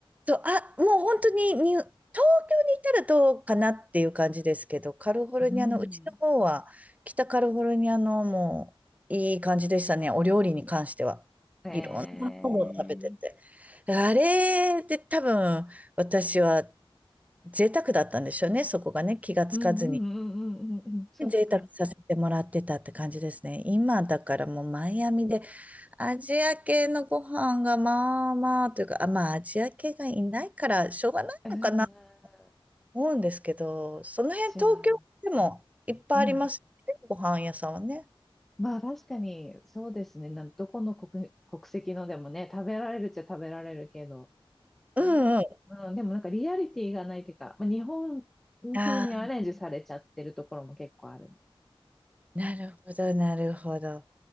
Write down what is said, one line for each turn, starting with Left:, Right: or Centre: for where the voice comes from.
Right: そう、あ、もう本当にに、東京にいたらどうかなっていう感じですけど、カリフォルニアの、
Centre: う。うん。
Right: うちの方は、北カリフォルニアのもういい感じでしたね、お料理に関しては。
Centre: ええ
Right: いろんなものを食べてて。あれで多分、私は贅沢だったんでしょうね、そこがね、気がつかずに。
Centre: うんうんうんうんうんうん、そっか。
Right: で贅沢させてもらってたって感じですね。今だからもうマイアミでアジア系のご飯がまあまあというか、あ、まあアジア系がいないからしょうがないのかなと
Centre: ええ
Right: 思うんですけど、その辺東京でもいっぱいありますね。
Centre: じゃあ、うん。
Right: ご飯屋さんはね。
Centre: まあ確かに、そうですね。なんどこの国、国籍のでもね、食べられるっちゃ食べられるけど、
Right: うんうん。
Centre: なんか、うん、でもなんかリアリティがないというか、まあ、日本
Right: ああ、
Centre: 風にアレンジされちゃってるところも結構ある。
Right: なるほど、なるほど。